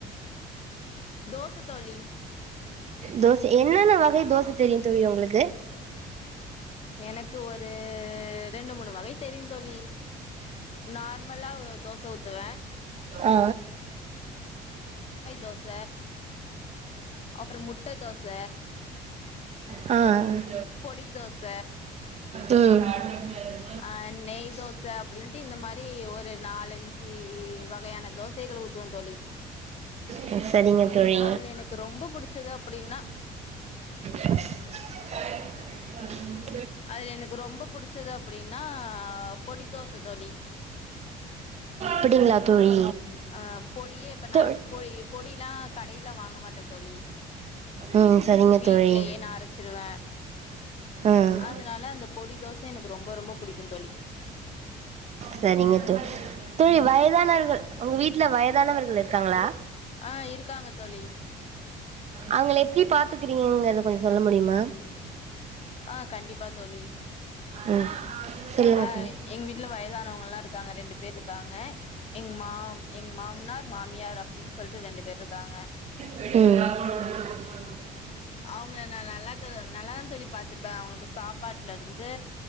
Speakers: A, on the left; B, on the right.
A: தோச தோழி
B: தோச என்னன்ன வகை தோச தெரியு தோழி உங்களுக்கு
A: எனக்கு ஒரு ரெண்டு மூணு வகை தெரியு தோழி நார்மலா தோச ஊத்துவ
B: <unintelligible>
A: தோச அப்புறோ முட்ட தோச
B: அ அ
A: பொடி தோச
B: ம்
A: அ நெய் தோச அப்டின்ட்டு இந்த மாரி ஒரு நா நாலஞ்சு வகையான தோசைகல் ஊத்துவ தோழி
B: ம் சரிங்க தோழி
A: அதுல எனக்கு ரொம்ப புடிச்சது அப்டின்னா
B: <unintelligible>
A: அதுல எனக்கு ரொம்ப புடிச்சது அப்டின்னா பொடி தோச தோழி
B: அப்டிங்ளா தோழி
A: அ பொடியே இப்ப நா
B: தோழி
A: பொ பொடிலா கடைல வாங்க மாட்ட தோழி
B: ம் சரிங்க
A: வீட்லயே
B: தோழி
A: ந அரச்சிடுவ
B: ம்
A: அதனால அந்த பொடி தோச எனக்கு ரொம்ப ரொம்ப புடிக்கு தோழி
B: சரிங்க தோழி தோழி
A: ம்
B: வயதானவர்கள் உங்க வீட்ல வயதானவர்கள் இருக்காங்களா
A: அ இருக்காங்க தோழி
B: அவங்கள எப்டி பாத்துக்கறீங்கங்கறத கொஞ்சோ சொல்ல முடியுமா
A: அ கண்டிப்பா தோழி
B: ம் சொல்லுங்க
A: வ
B: தோழி
A: எங்க வீட்ல வயதானவங் இருக்காங்க ரெண்டு பேர் இருக்காங்க எங் மா எங் மாமனார் மாமியார் அப்டின் சொல்ட்டு ரெண்டு பேர் இருக்காங் க
B: ம்
A: அவங்க நா நல்லா து நல்லாதா தோழி பாத்துப்பே அவங்களுக்கு சாப்பாட்டுலருந்து